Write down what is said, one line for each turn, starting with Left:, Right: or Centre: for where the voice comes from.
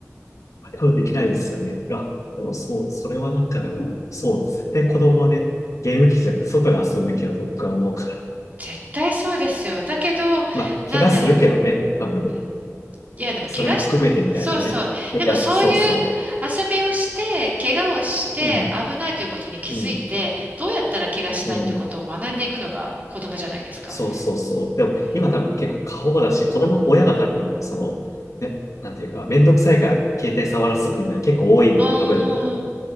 Left: ー、多分できないですよね。あ、でもそう、それはなんかでも、そう、絶対子供はね、
Right: うん
Left: ゲーム機じゃなくて外で遊ぶべきだと僕は思うから。
Right: 絶対そうですよ。だけど、
Left: まあ、
Right: なんだろ
Left: 怪我するけどね、多分、
Right: う。うん、いや、でも怪我し、
Left: それも含めてみたいなね。
Right: そうそう。
Left: いや、
Right: でもそういう遊びをして、
Left: そうそ
Right: 怪我をして危ないということに気づいて、
Left: う。うん、うん、
Right: どうやったら怪我しないということを学んでいくのが子供じゃないですか。
Left: うん。そうそうそう。でも、
Right: ね
Left: 今多分結構過保護だし、子供、親が多分、その、ね、なんていうか、めんどくさいから携帯触らせとくみたいな結構多いみたいな、
Right: うーん、
Left: タブレット。